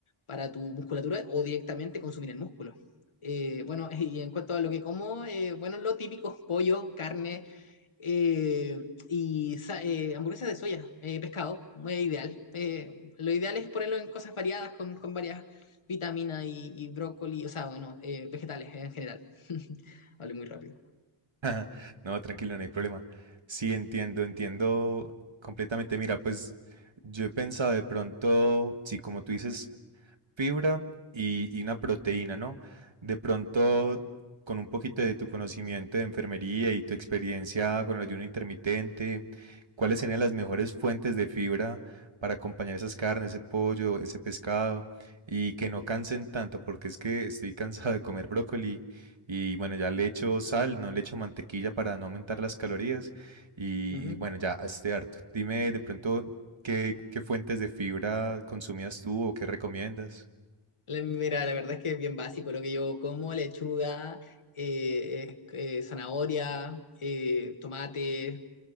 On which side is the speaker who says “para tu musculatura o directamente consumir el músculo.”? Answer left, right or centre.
Left